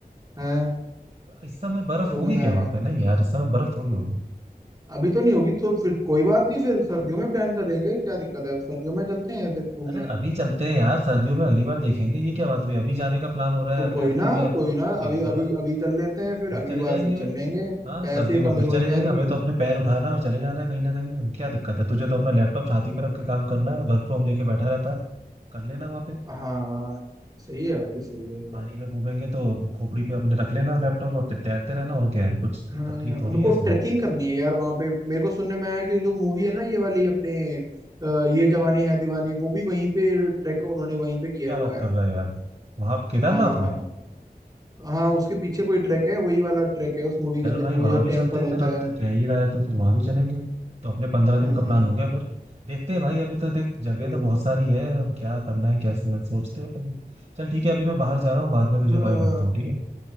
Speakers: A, on the right; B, on the right.
A: है
B: इस समय बर्फ
A: सुनने
B: होगी
A: में
B: क्या
A: आया
B: वहां
A: है
B: पे नहीं यार इस समय बर्फ थोड़ी होगी
A: अभी तो नहीं होगी तो फिर कोई बात नहीं फिर सर्दियों में प्लान करेंगे क्या दिक्कत है सर्दियों में चलते हैं फिर घूमने
B: अरे अभी चलते हैं यार सर्दियों में अगली बार देखेंगे ये क्या बात हुई अभी जाने का प्लान हो रहा
A: तो
B: है अगले
A: कोई
B: हफ्ते
A: ना
B: की और
A: कोई
B: तू
A: ना
B: चेंज
A: अभी
B: कर
A: अभी
B: रहा है
A: अभी चल लेते हैं फिर
B: फिर
A: अगली
B: चले
A: बार
B: जाएंगे
A: फिर चल लेंगे
B: हाँ
A: पैसे
B: सर्दियों
A: की
B: में
A: कमी
B: फिर
A: थोड़ी
B: चले
A: ठहर
B: जाएंगे
A: रही
B: हमें
A: है
B: तो अपने पैर उठाना है और चले जाना है कहीं ना कहीं क्या दिक्कत है तुझे तो अपना लैपटॉप छाती पर रख के काम करना है वर्क फ्रॉम लेके बैठा रहता है कर लेना वहां पे
A: हाँ सही है भाई सही है
B: पानी में घूमेंगे तो खोपड़ी पे अपने रख लेना लैपटॉप और ते- तैरते रहना और क्या है कुछ
A: हाँ,
B: तकलीफ
A: मेरे
B: थोड़ी है
A: को
B: इसमें
A: ट्रेकिंग करनी है यार वहां पे मेरे को सुनने में आया कि जो मूवी है ना ये वाली अपने अ, ये जवानी है दीवानी वो भी वहीं पे ट्रैक उन्होंने वहीं पे किया
B: क्या
A: हुआ
B: बात
A: है
B: कर रहा है यार वहां केदारनाथ
A: हाँ
B: में
A: हाँ उसके पीछे कोई ट्रैक है वही वाला ट्रैक है उस मूवी
B: चल
A: के अंदर
B: भाई
A: की वो
B: वहां
A: जो
B: भी चलते
A: टेम्पल
B: हैं
A: होता
B: फिर अब
A: है
B: तो कह ही रहा है तो फिर वहां भी चलेंगे तो अपने पंद्रह दिन
A: हम्म
B: का प्लान हो गया फिर देखते हैं भाई अभी तो देख
A: सही
B: जगह तो
A: है
B: बहुत सारी है अब क्या करना है कैसे सोचते हैं कभी। चल ठीक है अभी मैं बाहर जा रहा हूँ बाद में तुझे
A: हाँ
B: भाई मिलता हूँ ठीक है